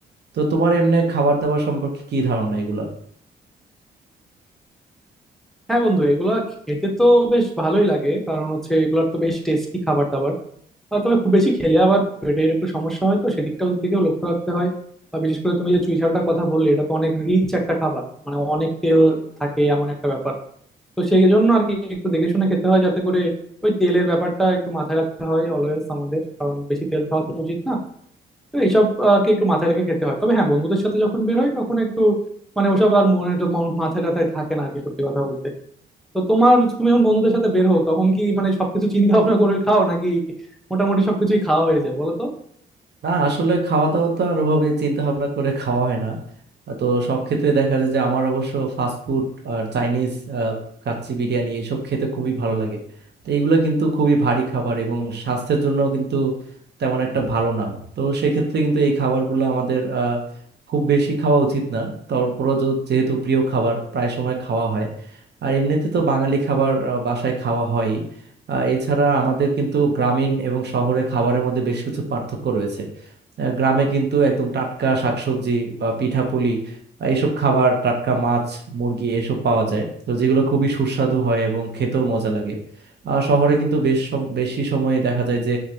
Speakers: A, on the right; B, in the centre.
A: তো তোমার এমনি খাবার দাবার সম্পর্কে কি ধারণা এগুলা
B: হ্যাঁ বন্ধু এগুলা খেতে তো বেশ ভালোই লাগে কারণ হচ্ছে এগুলোর তো বেশ টেস্টি খাবার দাবার আহ, তবে খুব বেশি খেলে আবার পেটের একটু সমস্যা হয় তো সেদিকটার দিকেও লক্ষ্য রাখতে হয় আর বিশেষ করে তুমি যে চুই ঝালটার কথা বললে এটা তো অনেক রিচ একটা খাবার মানে অনেক তেল থাকে এমন একটা ব্যাপার তো সেই জন্য আর কি একটু দেখে শুনে খেতে হয় যাতে করে ওই তেলের ব্যাপারটা একটু মাথায় রাখতে হয় অলওয়েজ আমাদের কারণ বেশি তেল খাওয়া তো উচিত না তো এইসব আর কি একটু মাথায় রেখে খেতে হয় তবে হ্যাঁ বন্ধুদের সাথে যখন বের হয় তখন একটু মানে ওসব আর মনে তো ম- মাথায় টাথায় থাকে না আর কি সত্যি কথা বলতে তো তোমার তুমি যখন বন্ধুদের সাথে বের হও তখন কি মানে সবকিছু চিন্তা ভাবনা করে খাও নাকি মোটামুটি সবকিছুই খাওয়া হয়ে যায় বলো তো
A: না আসলে খাওয়া দাওয়া তো আর ওভাবে চিন্তা ভাবনা করে খাওয়া হয় না আহ, তো সব ক্ষেত্রে দেখা যায় যে আমার অবশ্য ফাস্ট ফুড আর চাইনিজ কাচ্চি বিরিয়ানি এসব খেতে খুবই ভালো লাগে তো এগুলো কিন্তু খুবই ভারী খাবার এবং স্বাস্থ্যের জন্য কিন্তু তেমন একটা ভালো না তো সেক্ষেত্রে কিন্তু এই খাবারগুলো আমাদের আহ, খুব বেশি খাওয়া উচিত না তারপরও যো- যেহেতু প্রিয় খাবার প্রায় সময় খাওয়া হয় আর এমনিতে তো বাঙালি খাবার আহ, বাসায় খাওয়া হয় এছাড়া আমাদের কিন্তু গ্রামীণ এবং শহরে খাবারের মধ্যে বেশ কিছু পার্থক্য রয়েছে আহ, গ্রামে কিন্তু একদম টাটকা শাকসবজি বা পিঠাপুলি আহ, এইসব খাবার টাটকা মাছ মুরগি এসব পাওয়া যায় তো যেগুলো খুবই সুস্বাদু হয় এবং খেতেও মজা লাগে আহ, শহরে কিন্তু বেশ সম- বেশি সময়ে দেখা যায় যে